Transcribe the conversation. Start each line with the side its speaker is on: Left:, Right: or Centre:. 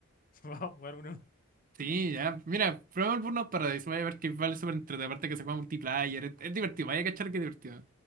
Left: vamos a jugar uno.
Right: Sí, ya. Mira, probemos el Burnout Paradise. Vaya a ver que vale súper entretenido. Aparte que se juega multiplayer. Es, es divertido. Vaya a cachar que es divertido.